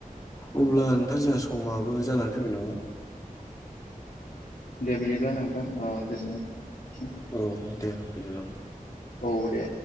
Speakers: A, on the left; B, on the left.
A: अब्ला नोंथां जाहा समाबो जानानै फैबाय नामा?
B: दे बिदिब्ला नोंथां ओ गोजोननाय नोंथांनिसिम।
A: औ दे <unintelligible>
B: औ दे।